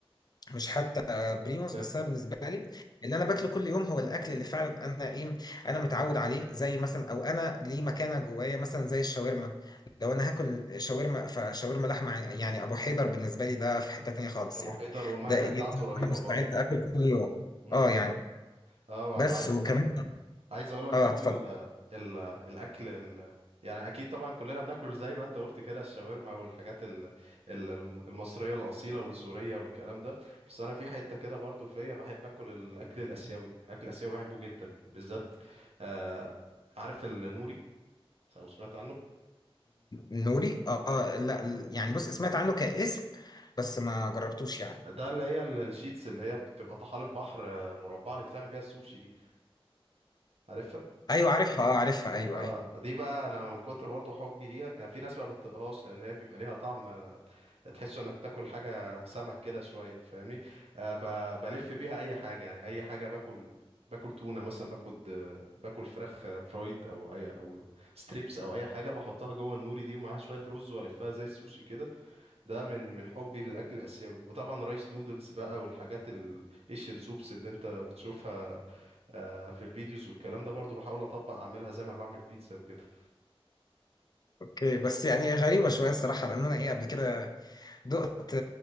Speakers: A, on the left; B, on the right.
A: مش حتى بريموس
B: ب-
A: بس انا بالنسبه لي اللي انا باكله كل يوم هو الاكل اللي فعلا انا ايه انا متعود عليه زي مثلا او انا ليه مكانه جوايا مثلا زي الشاورما لو انا هاكل شاورما فشاورما لحمه يعني ابو حيدر بالنسبه لي ده في حته تانيه خالص
B: ابو
A: يعني
B: حيدر والمانجا
A: ده ايه
B: بتاعته
A: ده
B: رهيبه
A: انا مستعد
B: برضه
A: اكل كل يوم
B: امم
A: اه يعني
B: اه وعايز
A: بس
B: عايز
A: وكمان
B: عايز اقول لك
A: اه
B: برضه
A: اتفضل
B: ال ال الاكل ال يعني اكيد طبعا كلنا بناكل زي ما انت قلت كده الشاورما والحاجات ال ال المصريه الاصيله والسوريه والكلام ده بس انا في حته كده برضه فيا بحب اكل الاكل الاسيوي اكل اسيوي بحبه جدا بالذات آه عارف النوري او سمعت عنه
A: النوري اه لا يعني بص سمعت عنه كاسم بس ما جربتوش يعني
B: ده اللي هي ال- الشيتس اللي هي بتبقى طحالب بحر آه، مربعه اللي بيتعمل بيها السوشي دي عارفها
A: ايوه عارفها اه عارفها ايوه
B: اه
A: ايوه
B: دي بقى انا من كتر برضو حبي ليها يعني في ناس ما بتطقهاش لان هي بيبقى ليها طعم آه، تحس انك بتاكل حاجه سمك كده شويه فاهمني آه ب- بلف بيها اي حاجه يعني اي حاجه باكل باكل تونه مثلا باكل آه، باكل فراخ آه، فرايد او اي او ستريبس او اي حاجه بحطها جوه النوري دي ومعاها شويه رز والفها زي السوشي كده ده من من حبي للاكل الاسيوي وطبعا رايس نودلز بقى والحاجات الايشن سوبس اللي انت بتشوفها آه، في الفيديوز والكلام ده برضو بحاول اطبق اعملها زي ما بعمل بيتزا وكده
A: اوكي بس يعني غريبه شويه الصراحه لان انا ايه قبل كده دقت